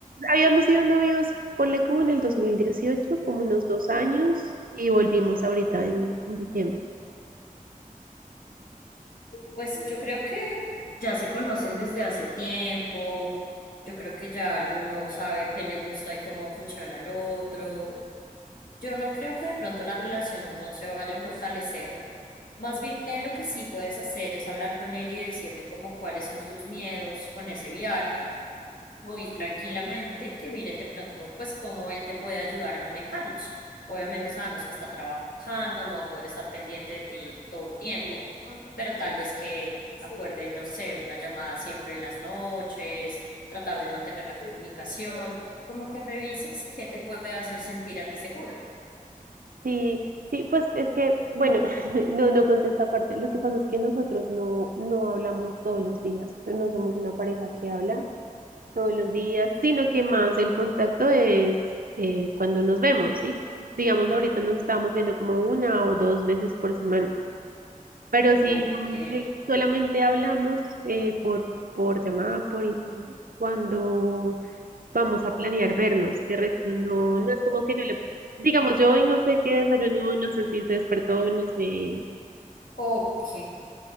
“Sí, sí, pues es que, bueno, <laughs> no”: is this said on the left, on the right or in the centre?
Right